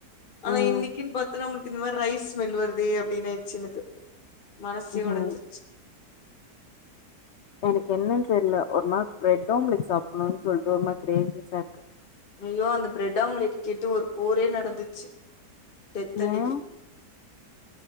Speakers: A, on the left (about 30°); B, on the left (about 80°).
A: ஆனா
B: ம்
A: இன்னிக்கின் பாத்து நம்மளுக் கு இது மாரி ரைஸ் ஸ்மெல் வர்தே அப்டின்னு ஆயிடுச்சு எனக்கு மனசே
B: ம்
A: ஒடஞ்சுருச்சு
B: எனக்கு என்னன் தெர்ல ஒரு மாரி பிரெட்டாம்லெட் சாப்புணுன் சொல்ட்டு ஒரு மாரி கிரேவிங்சா இருக்கு
A: ஐயோ அந்த பிரெட் ஆம்லெட் கேட்டு ஒரு போரே நடந்துச்சு டெத் அன்னைக்கி
B: ஏ